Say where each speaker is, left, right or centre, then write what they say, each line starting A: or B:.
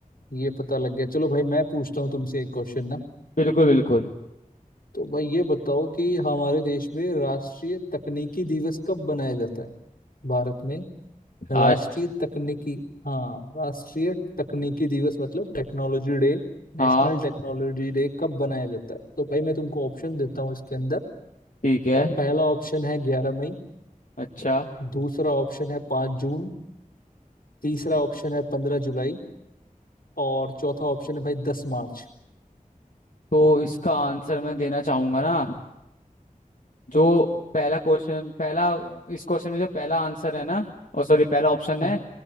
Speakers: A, on the left; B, on the left.
A: ये पता लग गया चलो भाई मैं पूछता हूँ तुमसे एक क्वेश्चन ना
B: बिल्कुल बिल्कुल
A: तो भाई ये बताओ कि हमारे देश में राष्ट्रीय तकनीकी दिवस कब मनाया जाता है भारत में
B: आज
A: राष्ट्रीय तकनीकी हाँ राष्ट्रीय तकनीकी दिवस मतलब technology day national
B: हाँ
A: technology day कब मनाया जाता है तो भाई मैं तुमको ऑप्शन देता हूँ इसके अंदर
B: ठीक है
A: पहला ऑप्शन है ग्यारह मई
B: अच्छा
A: दूसरा ऑप्शन है पाँच जून तीसरा ऑप्शन है पंद्रह जुलाई और चौथा ऑप्शन है भाई दस मार्च
B: तो इसका आंसर मैं देना चाहूंगा ना जो पहला क्वेश्चन पहला इस क्वेश्चन में जो पहला आंसर है ना ओ सॉरी पहला ऑप्शन
A: हाँ
B: है